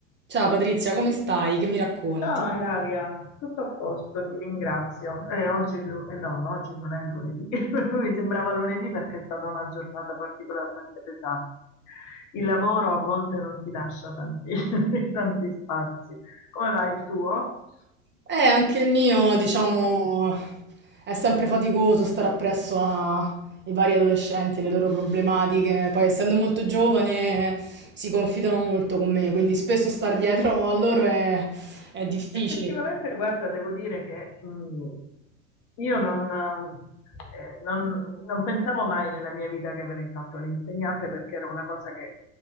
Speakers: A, on the right; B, on the left.
A: Ciao Patrizia, come stai? Che mi racconti?
B: Ciao Ilaria, tutto a posto, ti ringrazio. Eh, oggi, è lu- eh, no, no, oggi non è lunedì, <laughs> mi sembrava lunedì perché è stata una giornata particolarmente pesante. Il lavoro a volte non ti lascia tanti, <laughs> tanti spazi. Come va il tuo?
A: Eh, anche il mio, diciamo, è sempre faticoso stare appresso ai vari adolescenti e le loro problematiche. Poi, essendo molto giovane, si confidano molto con me, quindi spesso star dietro a loro è, è difficile.
B: Effettivamente, guarda, devo dire che mh, io non, eh, non- non pensavo mai nella mia vita che avrei fatto l'insegnante perché era una cosa che